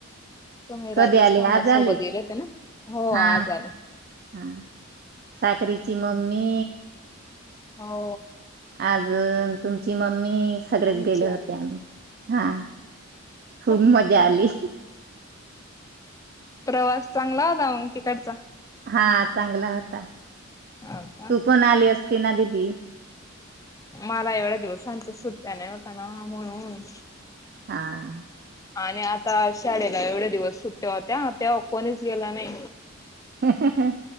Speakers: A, on the left; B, on the right.
A: तुमी
B: कधी
A: राजस्थानला
B: आली आज
A: सोबत
B: आली
A: गेले होते ना हो
B: हा
A: आज आले.
B: हा साखरीची मम्मी,
A: हो
B: अजून तुमची मम्मी सगळेच
A: आमची
B: गेले
A: आई
B: होते आम्ही हा खूप
A: हम्
B: मजा आली
A: प्रवास चांगला ऊग तिकडचा
B: हा चांगला होता
A: हाव का?
B: तू पण आली असत तीना दीदी.
A: मला एवड्या दिवसांच सुट्या नइ होत ना म्हणून.
B: हा
A: आणि आता शाळेला एवड्या दिवस सुट्या होत्या तेवा कोणीच गेल नइ
B: ह